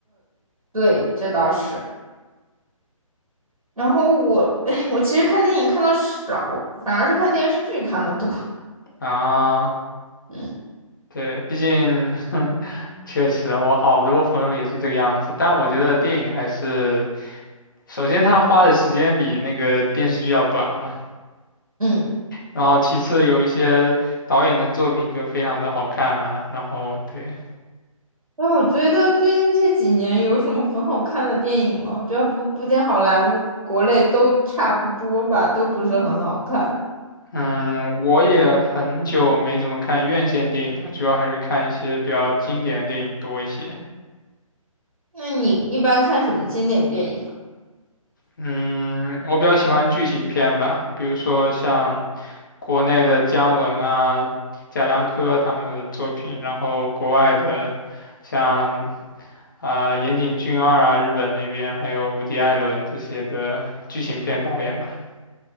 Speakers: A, on the right; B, on the left.
A: 对，这倒是。然后我，<laughs> 哎，我其实看电影看的少，反而是看电视剧看的多。
B: 啊。
A: 嗯
B: 对，毕竟，<laughs> 确实，我好多朋友也是这个样子，但我觉得电影还是。首先，他花的时间比那个电视剧要短嘛，
A: 嗯。
B: 然后其次有一些导演的作品就非常的好看啊，然后对，
A: 那我觉得最近这几年有什么很好看的电影吗？我觉得不，不仅好莱坞、国内都差不多吧，都不是很好看。
B: 嗯，我也很久没怎么看院线电影了，主要还是看一些比较经典的电影多一些。
A: 那你一般看什么经典电影啊？
B: 嗯，我比较喜欢剧情片吧，比如说像国内的姜文啊、贾樟柯他们的作品，然后国外的像啊、岩井俊二啊，日本那边还有无敌艾伦这些的剧情片导演吧。